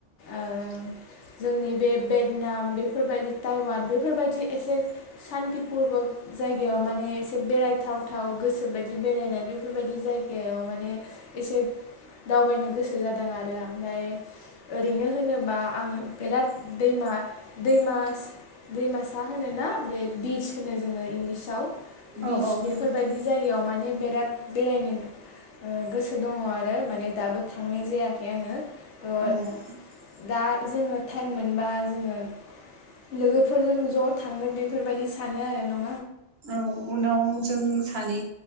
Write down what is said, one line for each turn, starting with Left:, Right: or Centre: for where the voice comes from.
Left: ओ-जोंनि बे भेटनाम बेफोरबायदि। टाइवान बेफोरबायदि एसे सान्त पुरबक जायगायाव माने एसे बेरायथावथाव। गोसोबायदि बेरायनाय बेफोरबायदि जायगायाव माने एसे। दावबायनो गोसो जादों आरो ओमफ्राय। ओरैनो होनोबा आङो बिराद दैमा दैमा। दैमासा होनोना बे बिस होनो जोङो इंलिसआव।
Right: औ
Left: बिच
Right: औ
Left: बेफोरबायदि
Right: नोंथां
Left: जायगायाव माने। बेराद बेरायनो ओ-गोसो दङ आरो माने दाबो थांनाय जायाखै आङो।। ओ-दा
Right: औ
Left: जोङो टाइम मोनबा जोङो। लोगोफोरजों ज' थांनो बेफोरबायदि सानो आरो ना।
Right: औ उनाव जों सानै